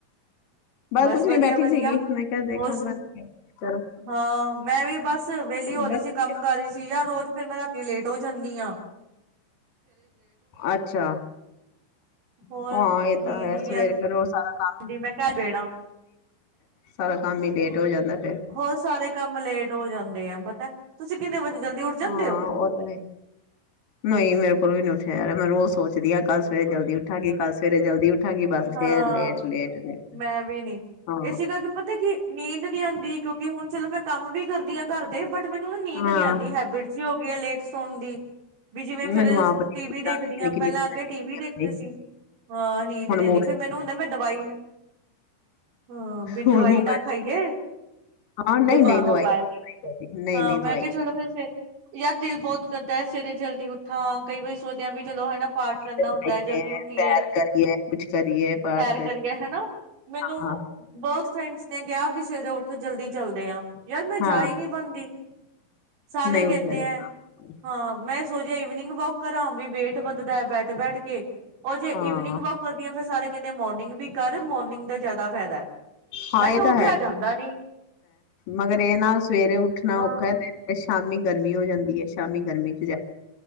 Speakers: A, on the right (about 70°); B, on the left (about 55°).
A: ਬਸ
B: ਕੁਛ
A: ਵਧੀਆ-ਵਧੀਆ।
B: ਨੀ ਬੈਠੀ ਸੀਗੀ ਮੈਂ ਕਿਹਾ ਦੇਖਾਂ
A: ਹੋਰ ਸੁਣਾ?
B: ਚਲੋ
A: ਹਾਂ, ਮੈਂ ਵੀ ਬਸ ਵੇਲੀ ਹੋ
B: ਬਸ
A: ਰੀ ਸੀ, ਕੰਮ ਕਰ ਰਹੀ ਸੀ ਯਾ ਰੋਜ ਫਿਰ ਮੈਂ ਰਾਤੀ ਲੇਟ ਹੋ ਜਾਂਨੀ ਆਂ।
B: ਅੱਛਾ,
A: ਹੋਰ
B: ਆਂ ਇਹ
A: ਨੀਂਦ
B: ਤਾਂ ਹੈ
A: ਹੀ ਨੀ
B: ਸਵੇਰ ਫਿਰ ਉਹ ਸਾਰਾ
A: ਆਉਂਦੀ ਮੈਂ ਕਿਹਾ ਬੇੜਾ
B: ਸਾਰਾ ਕੰਮ ਈ ਲੇਟ ਹੋ ਜਾਂਦੈ ਫਿਰ।
A: ਹੋਰ ਸਾਰੇ ਕੰਮ ਲੇਟ ਹੋ ਜਾਂਦੇ ਆ ਪਤਾ ਤੁਸੀਂ ਕਿੰਨੇ ਵਜੇ ਜਲਦੀ ਉੱਠ ਜਾਂਦੇ
B: ਹਾਂ,
A: ਹੋ
B: ਉਹ ਤਾਂ ਹੈ ਈ। ਨਈ ਮੇਰੇ ਕੋਲ ਵੀ ਨਈ ਖੈਰ ਮੈਂ ਰੋਜ਼ ਸੋਚਦੀ ਆ ਕੱਲ ਸਵੇਰੇ ਜਲਦੀ ਉਠਾਂਗੀ, ਕੱਲ ਸਵੇਰੇ ਜਲਦੀ ਉੱਠਾਂਗੀ ਬਸ
A: ਹਾਂ,
B: ਫੇਰ ਲੇਟ ਲੇਟ ਲੇਟ
A: ਮੈਂ ਵੀ ਨੀ।
B: ਹਾਂ
A: ਏਸੇ ਕਰਕੇ ਪਤੈ ਕਿ ਨੀਂਦ ਨੀ ਆਂਦੀ ਕਿਉਂਕਿ ਹੁਣ ਚਲੋ ਮੈਂ ਕੰਮ ਵੀ ਕਰਦੀ ਆਂ ਘਰ ਦੇ ਬਟ ਮੈਨੂੰ ਨਾ ਨੀਂਦ
B: ਹਾਂ
A: ਨੀ ਆਂਦੀ ਹੈਬਿਟ ਵੀ ਹੋ ਗਈ ਆਂ ਲੇਟ ਸੋਣ ਦੀ ਵੀ ਜਿਵੇਂ ਫਿਰ
B: ਮੈਨੂੰ ਆਪ ਕਿੰਨੀ
A: ਟੀ ਵੀ ਦੇਖਦੀ ਆਂ
B: ਕਿੰਨੀ
A: ਪਹਿਲਾਂ ਅੱਗੇ ਟੀ ਵੀ ਦੇਖਦੇ ਸੀ, ਹ ਨੀਂਦ
B: ਹੁਣ
A: ਨੀ ਆਂਦੀ ਫਿਰ ਮੈਨੂੰ ਹੁੰਦੈ ਮੈਂ ਦਵਾਈ ਨਾ ਹਾਂ ਬੀ
B: ਹੁਣ
A: ਦਵਾਈ
B: ਮੋਬਾਇਲ
A: ਨਾ ਖਾਈਏ।
B: ਹਾਂ ਨਹੀਂ
A: ਦੇਮਾ
B: ਨਹੀਂ ਦਵਾਈ
A: ਮਬਾਇਲ,
B: ਨਹੀਂ
A: ਹਾਂ
B: ਨਹੀਂ
A: ਮੈਂ
B: ਦਵਾਈ
A: ਕਿਆ ਚਲੋ ਫਿਰ ਸੇ, ਯਾਰ ਦਿਲ ਬੋਤ ਕਰਦਾ ਐ ਸਵੇਰੇ ਜਲਦੀ ਉੱਠਾ ਕਈ ਬਰੀ ਸੋਚਦਿਆਂ ਬੀ ਚਲੋ ਹੈਨਾ ਪਾਠ ਕਰਨਾ
B: ਸੈਰ
A: ਹੁੰਦੈ ਜਲਦੀ ਉੱਠੀਏ।
B: ਕਰੀਏ ਕੁਛ ਕਰੀਏ ਪਾਠ
A: ਸੈਰ ਕਰੀਏ ਹਨਾ ਮੈਨੂੰ
B: ਹਾਂ
A: ਬਹੁਤ ਫਰੈਂਡਸ ਨੇ ਕਿਹਾ ਵੀ ਸਵੇਰੇ ਉੱਠੋ ਜਲਦੀ ਚੱਲਦੇ ਆ ਯਾਰ ਮੈਂ
B: ਹਾਂ
A: ਜਾਈ ਨ ਪਾਣਦੀ ਸਾਰੇ
B: ਨਹੀਂ
A: ਕਹਿੰਦੇ
B: ਉੱਠਿਆ
A: ਹੈ
B: ਜਾਂਦਾ
A: ਹਾਂ ਮੈਂ ਸੋਚਿਆ ਇਈਵਨਿੰਗ ਵੋਕ ਘਰਾਂ ਵੀ ਵੇਟ ਵੱਧਦਾ ਬੈਠ ਬੈਠ ਕੇ ਉਹ ਜੇ ਇਈਵਨਿੰਗ
B: ਹਾਂ
A: ਕਰਦੀ ਫਿਰ ਸਾਰੇ ਕਹਿੰਦੇ ਮੋਰਨਿੰਗ ਵੀ ਕਰ ਮੋਰਨਿੰਗ ਦਾ ਜ਼ਿਆਦਾ ਫਾਇਦਾ ਹੈ।
B: ਹਾਂ
A: ਮੈਂ
B: ਇਹ
A: ਕਿਹਾ
B: ਤਾਂ
A: ਉੱਠਿਆ
B: ਹੈ
A: ਜਾਂਦਾ ਨੀ
B: ਮਗਰ ਇਹ ਨਾਲ ਸਵੇਰੇ ਉੱਠਣਾ
A: ਹਾਂ
B: ਔਖਾ ਤੇ ਸ਼ਾਮੀ ਗਰਮੀ ਹੋ ਜਾਂਦੀ ਹੈ। ਸ਼ਾਮੀ ਗਰਮੀ ਚ ਜਾ